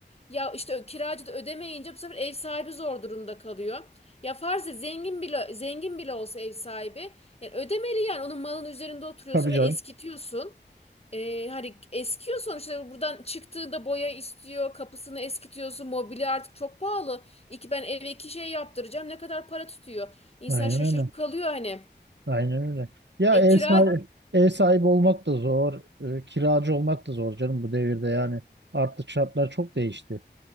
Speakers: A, on the left; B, on the right.
A: ya işte ö- kiracı da ödemeyince bu sefer ev sahibi zor durumda kalıyor. Ya farz et zengin bile zengin bile olsa ev sahibi yani ödemeli yani onun malın üzerinde oturuyorsun
B: tabii
A: ve
B: canım.
A: eskitiyorsun. E, hani eskiyor sonuçta buradan çıktığında boya istiyor kapısını eskitiyorsun mobilya artık çok pahalı iki ben eve iki şey yaptıracağım ne kadar para tutuyor insan
B: Aynen
A: şaşırıp
B: öyle.
A: kalıyor hani
B: Aynen öyle. Ya
A: e
B: ev
A: kira
B: sahibi, ev sahibi olmak da zor, e, kiracı olmak da zor canım bu devirde yani. Artık şartlar çok değişti.